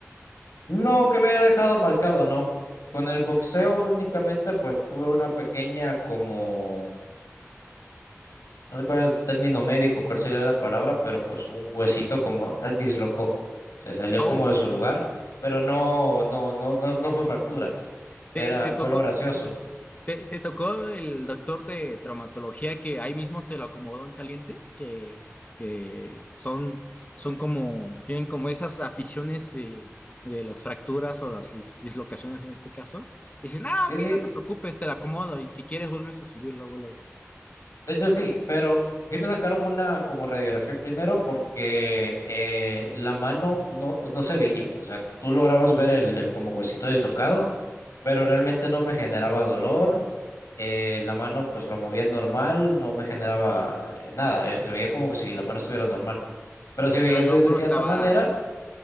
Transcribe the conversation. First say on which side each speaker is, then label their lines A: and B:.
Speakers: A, on the left; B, on the left.
A: No, que me haya dejado marcado, no. Con el boxeo únicamente pues tuve una pequeña como... no recuerdo el término médico, cuál sería la palabra, pero pues un huesito como eh, dislocó, se salió
B: Oh,
A: como de su lugar, pero no, no, no, no, no fue fractura,
B: te,
A: era,
B: te tocó.
A: fue lo gracioso.
B: ¿Te, te tocó el doctor de traumatología que ahí mismo te lo acomodó en caliente? Que, que son, son como, tienen como esas aficiones de, de las fracturas o las dis- dislocaciones en este caso. Y dicen, ah,
A: Sí,
B: ok,
A: sí,
B: no te preocupes, te lo acomodo. Y si quieres, vuelves a subirlo, luego, luego".
A: de hecho sí, pero sí me sacaron una como radiografía primero porque eh, la mano no, no se veía, o sea, tú lograbas ver el, el como huesito dislocado, pero realmente no me generaba dolor eh, la mano pues lo movía normal, no me generaba eh, nada, eh, se veía como que si la mano estuviera normal. Pero si veías
B: Pero el
A: de,
B: hombro
A: de cierta
B: estaba,
A: manera,